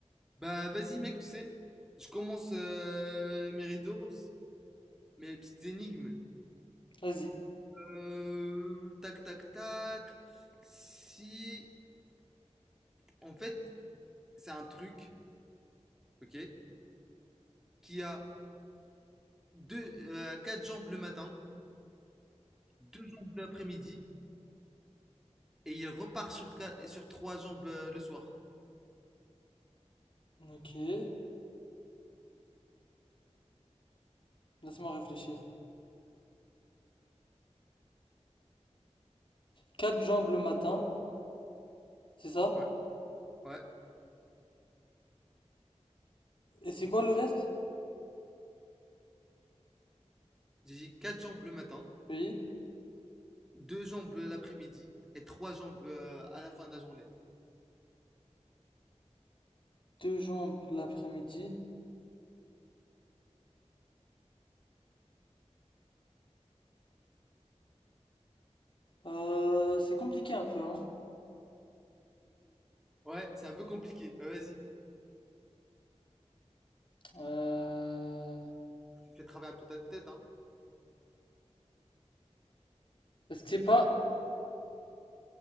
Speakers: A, in the centre; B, on the left.
A: Bah vas-y mec, tu sais, je commence euh, mes riddles, mes petites énigmes.
B: Vas-y.
A: Euh, tac tac tac. Si en fait c'est un truc, ok, qui a deux, euh, quatre jambes le matin, deux jambes l'après-midi et il repart sur qua- sur trois jambes euh, le soir.
B: Ok, laisse-moi réfléchir. Quatre jambes le matin, c'est ça?
A: Ouais, ouais.
B: Et c'est quoi le reste?
A: J'ai dit quatre jambes le matin,
B: Oui.
A: deux jambes l'après-midi et trois jambes euh, à la fin de la journée.
B: Deux jambes l'après-midi. Euh, c'est compliqué un peu, hein.
A: Ouais, c'est un peu compliqué. Ouais, vas-y,
B: Euh...
A: fais travailler un peu ta tête, hein.
B: Est-ce que c'est pas